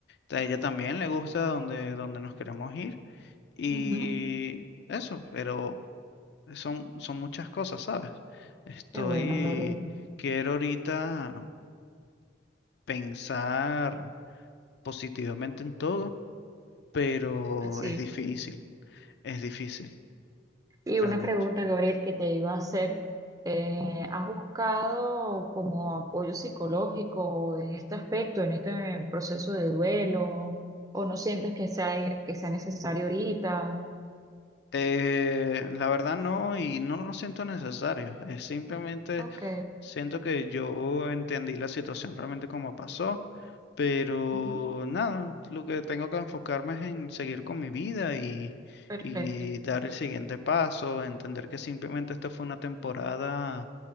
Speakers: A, on the left (about 60°); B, on the right (about 20°).
A: A ella también le gusta donde, donde nos queremos ir. Y
B: Ujú.
A: eso, pero son, son muchas cosas, ¿sabes? Estoy,
B: Qué bueno, Gabriel.
A: quiero ahorita pensar positivamente en todo, pero
B: Así.
A: es difícil, es difícil,
B: Y
A: realmente.
B: una pregunta, Gabriel, que te iba a hacer. Eh, ¿has buscado como apoyo psicológico en este aspecto, en este proceso de duelo? ¿O no sientes que sea, que sea necesario ahorita?
A: Eh, la verdad no, y no lo siento necesario, es simplemente
B: Ok,
A: siento que yo entendí la situación realmente como pasó Pero
B: ujú,
A: nada, lo que tengo que enfocarme es en seguir con mi vida y,
B: perfecto.
A: y dar el siguiente paso, entender que simplemente esta fue una temporada